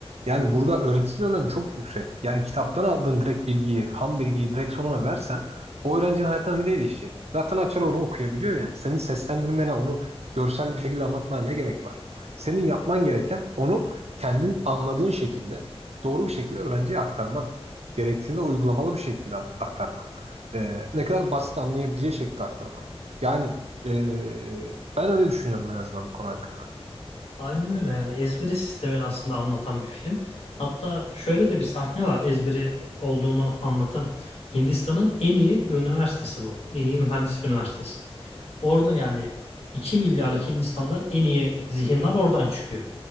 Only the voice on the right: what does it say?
Yani burada öğreticinin önemi çok yüksek. Yani kitaptan aldığın direkt bilgiyi, ham bilgiyi direkt sonuna versen o öğrencinin hayatında ne değişecek? Zaten açar onu okuyabiliyor yani. Senin seslendirmene, onu görsel bir şekilde anlatmana ne gerek var? Senin yapman gereken onu kendin anladığın şekilde, doğru bir şekilde öğrenciye aktarman. Gerektiğinde uygulamalı bir şekilde aktarman. Ee, ne kadar basit anlayabileceği şekilde aktarman. Yani e, ben öyle düşünüyorum en azından bu konu hakkında.